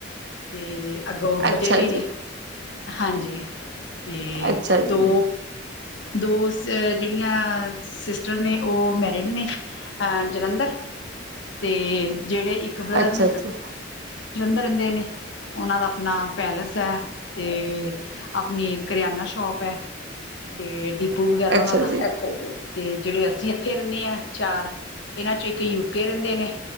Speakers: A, on the left; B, on the right.
A: ਤੇ ਅੱਗੋਂ
B: ਅੱਛਾ
A: ਬਟੇ ਵੀ
B: ਜੀ
A: ਨੇ, ਹਾਂਜੀ। ਤੇ
B: ਅੱਛਾ ਜੀ
A: ਦੋ ਦੋ ਸ ਜਿਹੜੀਆਂ ਸਿਸਟਰ ਨੇ ਉਹ ਮੈਰਿਡ ਨੇ ਜਲੰਧਰ। ਤੇ ਹਾਂ ਬਹੁਤ ਵਧੀਆ
B: ਅੱਛਾ ਜੀ
A: ਪਰਿਵਾਰ ਹੈ। ਉਹਨਾਂ ਦਾ ਆਪਣਾ ਪੈਲਸ ਹੈ ਤੇ ਆਪਣੀ ਕਰਿਆਨਾ ਸ਼ੋਪ ਹੈ। ਤੇ ਡੀਪੂ ਵਗੈਰਾ
B: ਅੱਛਾ
A: ਉਹਨਾਂ ਦਾ,
B: ਜੀ
A: ਤੇ ਜਿਹੜੇ ਅਸੀਂ ਇੱਥੇ ਰਹਿੰਦੇ ਆਂ ਚਾਰ ਇਹਨਾਂ 'ਚੋਂ ਇੱਕ ਯੂਕੇ ਰਹਿੰਦੇ ਨੇ।